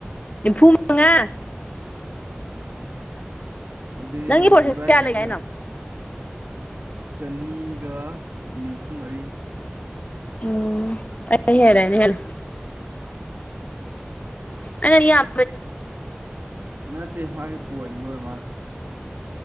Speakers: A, on the left (about 35°); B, on the right (about 60°).
A: ꯅꯤꯄꯨꯃꯉꯥ
B: ꯎꯝ ꯑꯗꯨꯗꯤ
A: ꯅꯪꯒꯤ ꯄ꯭ꯔꯣꯁꯦꯁ
B: ꯏꯕꯥꯏꯒꯤꯁꯨ
A: ꯀꯌꯥ ꯂꯩꯒꯦ ꯍꯥꯏꯅꯣ
B: ꯆꯅꯤꯒ ꯅꯤꯝꯐꯨ ꯃꯔꯤ
A: ꯎꯝ ꯑꯩꯅ ꯍꯦꯜꯂꯦ ꯍꯦꯜꯂꯦ ꯑꯩꯅ ꯌꯥꯝ
B: ꯅꯠꯇꯦ ꯃꯥꯒꯤ ꯄꯣꯏꯟꯗꯣ ꯑꯣꯏꯔ ꯃꯥꯜꯂꯦ